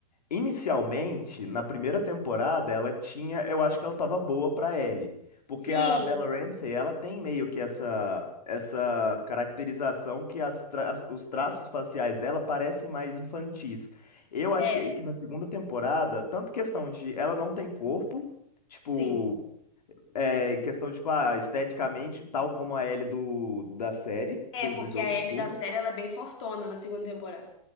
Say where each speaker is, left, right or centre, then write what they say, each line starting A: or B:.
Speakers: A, on the left; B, on the left.
A: Inicialmente, na primeira temporada, ela tinha, eu acho que ela tava boa pra Ellie, porque
B: Sim,
A: a Bella Ramsey, ela tem meio que essa essa caracterização que as tra- os traços faciais dela parecem mais infantis. Eu achei
B: é,
A: que na segunda temporada, tanto questão de ela não tem corpo, tipo,
B: sim.
A: é, em questão de, tipo, ah, esteticamente, tal como a Ellie do, da série,
B: É,
A: do, do
B: porque
A: jogo,
B: a
A: desculpa.
B: Ellie da série ela é bem fortona na segunda temporada.